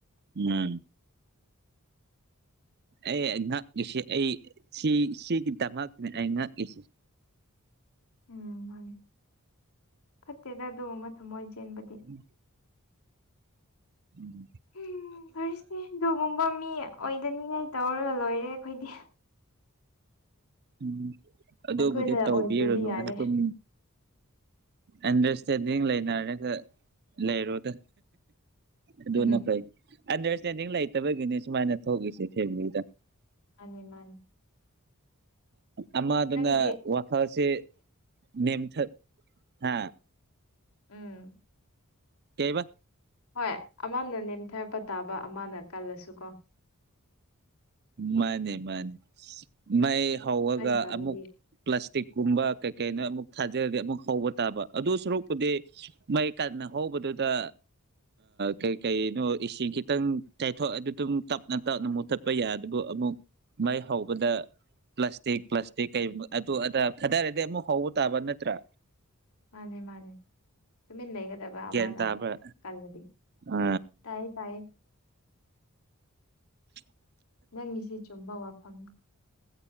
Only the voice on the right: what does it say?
ꯎꯝ
ꯑꯩ ꯉꯛꯂꯤꯁꯤ ꯑꯩ ꯁꯤ ꯁꯤꯒꯤꯗꯃꯛꯅꯦ ꯑꯩ ꯏꯁꯤ
ꯎꯝ ꯎꯝ
ꯎꯝ ꯑꯗꯨꯕꯨꯗꯤ
ꯇꯧꯕꯤꯔꯨꯅꯨꯗ
ꯑꯗꯨꯝ ꯑꯟꯗꯔꯁꯇꯦꯟꯗꯤꯡ ꯂꯩꯅꯔꯒ ꯂꯩꯔꯨꯗ ꯑꯗꯨꯅ
ꯐꯩ ꯑꯟꯗꯔꯁꯇꯦꯟꯗꯤꯡ ꯂꯩꯇꯕꯒꯤꯅꯦ ꯁꯨꯃꯥꯏꯅ ꯊꯣꯛꯈꯤꯁꯦ ꯊꯦꯡꯂꯤꯗ
ꯑꯃꯗꯨꯅ
ꯋꯥꯈꯜꯁꯦ ꯅꯦꯝꯊ ꯍꯥ
ꯀꯩꯕꯥ
ꯃꯥꯅꯤ ꯃꯥꯅꯤ ꯃꯩ ꯍꯧꯑꯒ
ꯑꯃꯨꯛ ꯄ꯭ꯂꯥꯁꯇꯤꯛꯀꯨꯝꯕ ꯀꯩ ꯀꯩꯅ ꯑꯃꯨꯛ ꯊꯥꯖꯔꯒꯗꯤ ꯑꯃꯨꯛ ꯍꯧꯕ ꯇꯥꯕ ꯑꯗꯨ ꯁꯔꯨꯛꯄꯨꯗꯤ ꯃꯩ ꯀꯥꯟꯅ ꯍꯧꯕꯗꯨꯗ ꯀꯩ ꯀꯩꯅꯣ ꯏꯁꯤꯡ ꯈꯤꯇꯪ ꯆꯥꯏꯊꯣꯛ ꯑꯗꯨꯝ ꯇꯞꯅ ꯇꯞꯅ ꯃꯨꯊꯠ ꯑꯃꯨꯛ ꯃꯥꯏ ꯍꯧꯕꯗ ꯄ꯭ꯂꯥꯁꯇꯤꯛ ꯄ꯭ꯂꯥꯁꯇꯤꯛ ꯀꯩ ꯑꯗꯨ ꯑꯗꯥ ꯊꯗꯥꯔꯗꯤ ꯑꯃꯨꯛ ꯍꯧꯕ ꯇꯥꯕ ꯅꯠꯇ꯭ꯔꯥ
ꯒ꯭ꯌꯥꯟ ꯇꯥꯕ꯭ꯔꯥ
ꯑ
ꯎ <inaudible>